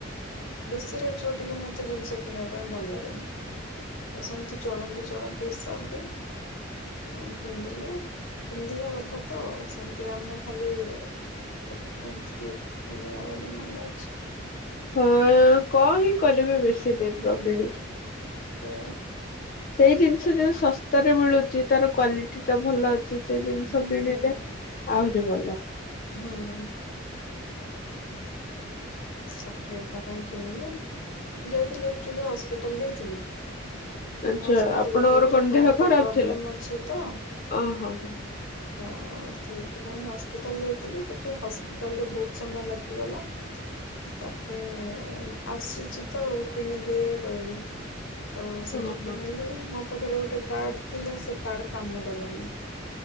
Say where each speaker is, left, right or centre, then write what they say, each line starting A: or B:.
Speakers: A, on the left; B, on the left.
A: ବେଶୀ ରେଟର ଟିକେ ମୋତେ ଜିନିଷ କିଣିବା ପାଇଁ ଭଲ ଲାଗେନି। ତ ସେମିତି ଚଳନ୍ତୀ ଚଳନ୍ତୀ ହିସାବରେ ହ କିଣିଦେଲି ପିନ୍ଧିବା କଥା ତ ସେମିତି ଆମେ ଖାଲି ଏକ୍ସପନ୍ସ ଟିକେ କିଣିବା ବୋଲି ମାନେ ଅଛି।
B: ହଁ କଣ ହିଁ କରିବେ ବେଶୀ ରେଟ
A: ହୁଁ
B: ର
A: ହୁଁ
B: କିଣିକି।
A: ତା ପରେ
B: ସେଇ ଜିନିଷ ଯୋଉ ଶସ୍ତାରେ ମିଳୁଛି ତାର କ୍ୱାଲିଟି ତ ଭଲ ଅଛି ସେଇ ଜିନିଷ
A: ହୁଁ
B: କିଣିଲେ
A: ହୁଁ ହୁଁ
B: ଆହୁରି ଭଲ।
A: ହୁଁ। ସପେ ତା ପାଇଁ କିଣିଲି ଯାଇଥିଲି ଆକ୍ଚୁଆଲି ହସ୍ପିଟାଲ ଯାଇଥିଲି।
B: ଆଚ୍ଛା
A: ମୋର ସେମିତି
B: ଆପଣଙ୍କର
A: ଗୋଟେ ଛୋଟ
B: କଣ ଦେହ
A: ମୋଟ
B: ଖରାପ
A: ପ୍ରୋବ୍ଲେମ
B: ଥିଲା?
A: ଅଛି ତ।
B: ଓହୋ ହୋ
A: ତ ସେଇଥିପାଇଁ ହସ୍ପିଟାଲ ଯାଇଥିଲି ସେଠି ହସ୍ପିଟାଲରେ ବହୁତ ସମୟ ଲାଗିଗଲା। ତାପରେ ଆସିଛି ତ କିଣିଦିଏ କହିଲି। ତ ସେଠି
B: ଓହୋ
A: କିଣିଲି ମୋ ପାଖରେ ଗୋଟେ କାର୍ଡ ଥିଲା ସେ କାର୍ଡ କାମ ଦେଲାନି।